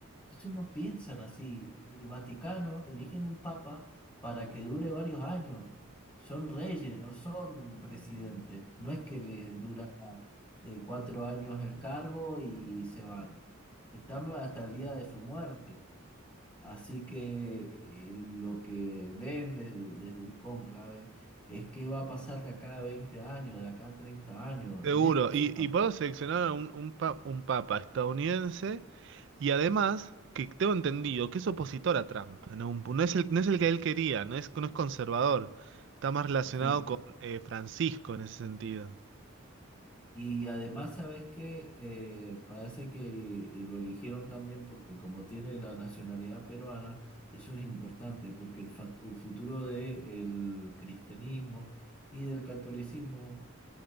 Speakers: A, on the left; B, on the right.
A: Ellos no piensan así. El Vaticano eligen un papa para que dure varios años. Son reyes, no son presidentes. No es que les dura eh, cuatro años el cargo y se van. Están hasta el día de su muerte. Así que eh, lo que ven desde, desde el cónclave es qué va a pasar de acá a 20 años, de acá a 30 años.
B: Seguro,
A: En eso estamos.
B: y, y puedo seleccionar a un, un, pa- un papa estadounidense y además que tengo entendido que es opositor a Trump, en no, es el, no es el que él quería, no es, no es conservador, está más relacionado
A: Sí.
B: con eh, Francisco en ese sentido.
A: Y además, ¿sabes qué? Eh, parece que lo eligieron también porque como tiene la nacionalidad peruana, eso es importante, porque el, fa- el futuro del cristianismo y del catolicismo